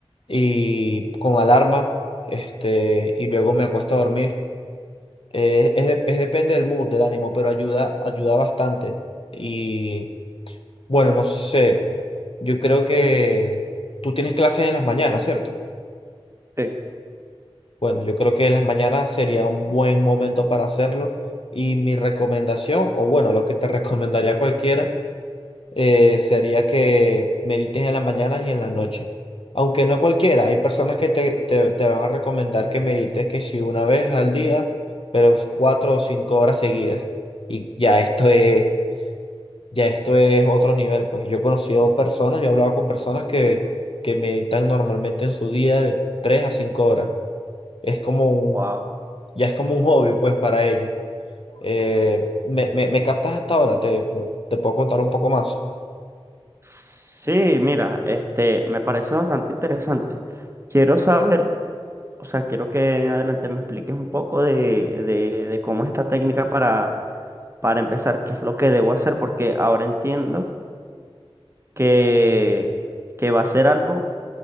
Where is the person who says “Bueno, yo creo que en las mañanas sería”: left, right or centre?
Left